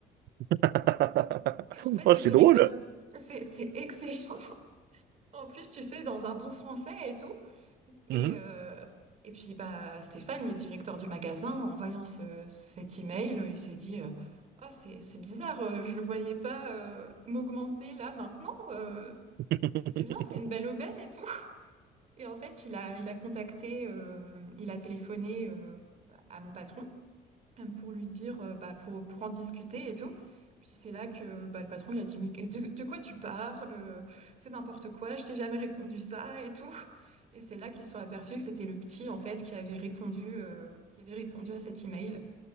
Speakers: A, on the right; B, on the right.
A: <laughs>
B: Et en fait
A: Oh,
B: le
A: c'est
B: directeur...
A: drôle.
B: C'est c'est excellent. En plus, tu sais, dans un bon français et tout. Et,
A: Mhm.
B: euh, et puis, bah, Stéphane, le directeur du magasin, en voyant ce, cet email, euh, il s'est dit, euh, Ah, c'est, c'est bizarre, euh, je le voyais pas euh, m'augmenter là maintenant. euh,
A: <laughs>
B: c'est bien, c'est une belle aubaine et tout. Et en fait, il a, il a contacté, euh, il a téléphoné euh, à mon patron euh, pour lui dire, euh, bah, pour, pour en discuter et tout. Puis c'est là que bah, le patron il a dit, mais que- de, de quoi tu parles? Euh, C'est n'importe quoi, je t'ai jamais répondu ça et tout. Et c'est là qu'ils se sont aperçus que c'était le petit en fait qui avait répondu, euh, qui avait répondu à cet email.